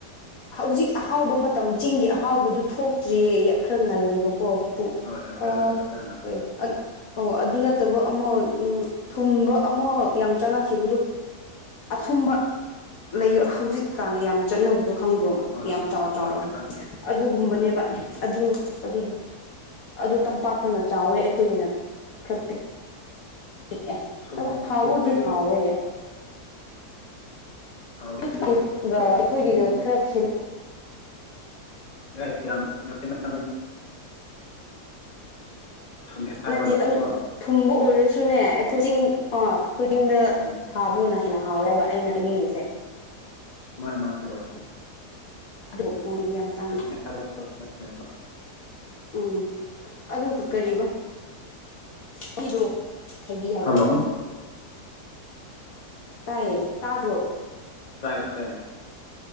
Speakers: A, on the left (about 60°); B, on the left (about 25°).
A: ꯍꯧꯖꯤꯛ ꯑꯍꯥꯎꯕ ꯃꯇꯝ ꯆꯤꯡꯒꯤ ꯑꯍꯥꯎꯕꯗꯨ ꯊꯣꯛꯇ꯭ꯔꯤꯌꯦ ꯈꯔ ꯉꯜꯂꯤꯕꯀꯣ ꯄꯨꯡ
B: ꯍꯣꯏ ꯍꯣꯏ
A: ꯑꯣ
B: ꯑꯗꯨ ꯈꯔ ꯉꯜꯂꯤ
A: ꯀꯩ ꯑꯣ ꯑꯗꯨ ꯅꯠꯇꯕ ꯑꯃ ꯎꯝ ꯊꯨꯝꯕ ꯑꯃ ꯌꯥꯝ ꯆꯥꯟꯅꯈꯤꯕꯗꯣ ꯑꯊꯨꯝꯕ ꯂꯩ ꯍꯧꯖꯤꯛꯀꯥꯟ ꯌꯥꯝ ꯆꯠꯅꯕꯗꯣ ꯈꯪꯗ꯭ꯔꯣ
B: ꯍꯣꯏ
A: ꯌꯥꯝ ꯆꯥꯎ
B: ꯍꯣꯏ
A: ꯆꯥꯎꯔꯕꯅꯦ
B: ꯍꯣꯏ ꯈꯪꯉꯤ
A: ꯑꯗꯨꯒꯨꯝꯕꯅꯦꯕ
B: ꯈꯪꯉꯤ ꯈꯪꯉꯤ
A: ꯑꯗꯨ ꯑꯗꯨꯗꯣ ꯑꯗꯨ ꯇꯝꯄꯥꯛꯇꯅ ꯆꯥꯎꯋꯦ ꯑꯩꯈꯣꯏꯒꯤꯅ ꯈꯔ ꯄꯤꯛ ꯄꯤꯛꯑꯦ
B: ꯊꯨꯝꯗꯤ
A: ꯑꯣ ꯍꯥꯎꯕꯕꯨꯗꯤ
B: ꯊꯨꯝꯃꯦ ꯑꯗꯨꯕꯨ
A: ꯍꯥꯎꯋꯦ
B: ꯍꯥꯎꯗꯦ
A: <unintelligible>
B: ꯑꯗꯨꯕꯨ ꯑꯩꯈꯣꯏ
A: ꯑꯈꯣꯏꯒꯤꯒ
B: ꯆꯤꯡ
A: ꯈꯔ ꯈꯦꯠꯅ
B: <unintelligible> ꯍꯥꯏꯕ
A: ꯅꯠꯇꯦ
B: ꯋꯥꯅꯦꯕꯀꯣ
A: ꯑꯗꯨ ꯊꯨꯝꯕ ꯑꯣꯏꯔꯁꯨꯅꯦ ꯑꯩꯈꯣꯏ ꯆꯤꯡ ꯑ ꯑꯩꯈꯣꯏ ꯆꯤꯡꯗ
B: ꯎꯝ
A: ꯊꯥꯕꯗꯨꯅ ꯍꯦꯟꯅ ꯍꯥꯎꯋꯦ ꯍꯥꯏꯕ ꯑꯩꯅ ꯍꯥꯏꯅꯤꯡꯉꯤꯁꯦ
B: ꯃꯥꯅꯤ <unintelligible>
A: ꯑꯗꯨ ꯃꯃꯜꯗꯤ ꯌꯥꯝ ꯇꯥꯡꯉꯤ꯫
B: <unintelligible>
A: ꯎꯝ ꯑꯗꯨꯒ ꯀꯔꯤꯕ ꯄꯤꯗꯣ ꯊꯩꯕꯤ ꯍꯥꯏꯕ꯭ꯔꯥ
B: ꯍꯜꯂꯣ
A: ꯇꯥꯏꯌꯦ ꯇꯥꯗ꯭ꯔꯣ
B: ꯇꯥꯏ ꯇꯥꯏ